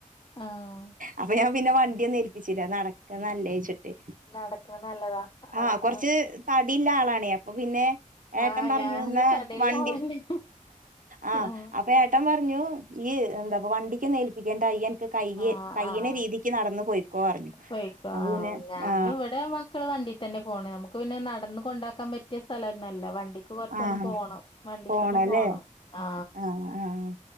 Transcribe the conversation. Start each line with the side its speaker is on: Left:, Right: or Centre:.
Left: ആഹ്
Right: അപ്പൊ ഞാൻ പിന്നെ വണ്ടിയൊന്നും ഏൽപ്പിച്ചില്ല നടക്കണത് നല്ലേച്ചിട്ട്
Left: നടക്കണ നല്ലതാ
Right: ആ
Left: ആഹ്
Right: കൊറച്ച്
Left: ആഹ്
Right: തടില്യ ആളാണേ അപ്പൊ പിന്നെ ഏട്ടൻ
Left: ആഹ്
Right: പറഞ്ഞുവന്ന
Left: ഞാന് തടിള്ള
Right: വണ്ടി
Left: ആളന്നെ
Right: ആ
Left: ആഹ്
Right: അപ്പൊ ഏട്ടൻ പറഞ്ഞു നൊ ഇയ്യ് എന്താ പോ വണ്ടിക്ക് ഒന്നും ഏൽപ്പിക്കേണ്ട ഇയ്യെന്നെ കയ്യ്
Left: ആഹ്
Right: കയ്യ്ണ
Left: ആഹ്
Right: രീതിക്ക് നടന്ന് പോയ്ക്കോ പറഞ്ഞു
Left: പോയിക്കോ
Right: അപ്പ
Left: ആഹ്
Right: പിന്നെ
Left: ഞാന്
Right: ആ
Left: ഇവിടെ മക്കള് വണ്ടി തന്നെ പോണം നമുക്ക് പിന്നെ നടന്ന് കൊണ്ടാക്കാൻ പറ്റും പറ്റിയ സ്ഥലം ഒന്നൊല്ല വണ്ടിക്ക് കൊറച്ച്
Right: ആഹ്
Left: ആണ്ട് പോണം വണ്ടിക്ക്
Right: പോണല്ലേ
Left: തന്നെ പോണം ആ
Right: ആഹ് ആഹ്